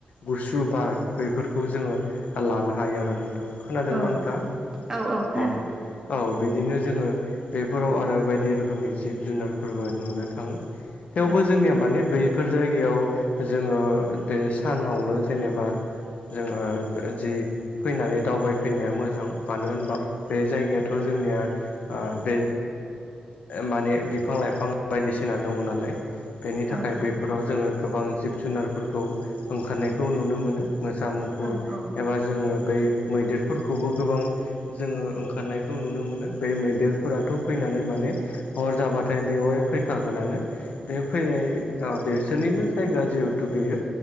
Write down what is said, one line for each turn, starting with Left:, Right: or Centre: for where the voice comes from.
Left: गुसु बार बेफोरखौ जोङो लानो हायो आरो नोंथां खोनादोंना
Right: औ
Left: नोंथांङा
Right: औ खोनादों
Left: औ औ बि दिनो जोङो बेफोराव आरो बायदि रोखोमनि जिब जुनारफोरबो नुनो थाङो थेवबो
Right: औ
Left: जोंनिया माने बैफोर जायगायाव जोङो बे सानावनो जेनेबा जोङो जि फैनानै दावबायफैनाया मोजां मानो होनबा बे जायगायाथ' जोंनिया। ओ बे माने बिफां लाइफां बायदिसिना दङ नालाय बेनि
Right: औ
Left: थाखाय बैफोराव जोङो गोबां जिब जुनारफोरखौ ओंखारनायखौ नुनो मोनो मोसा मु फुर
Right: औ औ
Left: एबा जोङो बै मैदेरफोरखौबो गोबां जोङो ओंखारनायखौ नुनो मोनो। बे मैदेरफोराथ' फैनानै माने हर जाबाथाय बेवहाय फैखागोनानो। बे फैनाय बेसोरनिनो जायगा जिहेथु बेयो